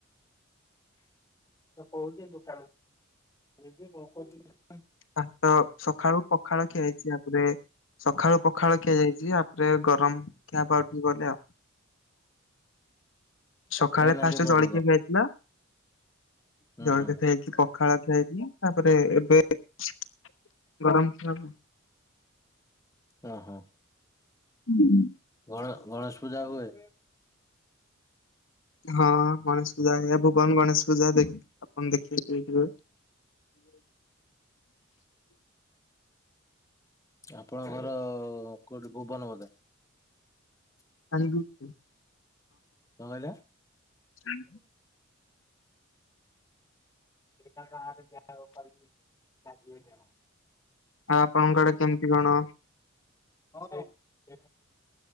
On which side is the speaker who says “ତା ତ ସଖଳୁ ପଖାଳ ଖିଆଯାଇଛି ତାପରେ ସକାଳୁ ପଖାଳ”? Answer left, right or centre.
Left